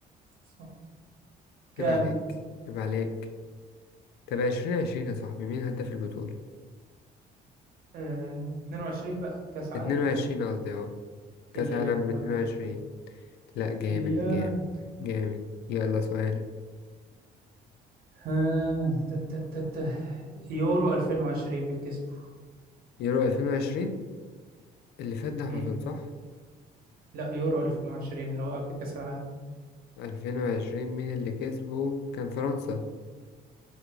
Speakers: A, on the right; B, on the left.
A: صح جامد
B: عيب عليك عيب عليك طب 2020 يا صاحبي مين هداف البطولة
A: آه. 22 بقى كأس عالم
B: 22 قصدي اه
A: كيليان
B: كاس عالم
A: امبابي
B: 22 لا جامد
A: كيليان
B: جامد جامد يلا سؤالك
A: آه. تا- تا- تا- تا. يورو 2020 من كسبه
B: يورو 2020 اللي فات ده على
A: امم
B: طول صح
A: لا يورو 2020 اللي هو قبل كأس العالم
B: ألفين وعشرين مين اللي كسبه كان فرنسا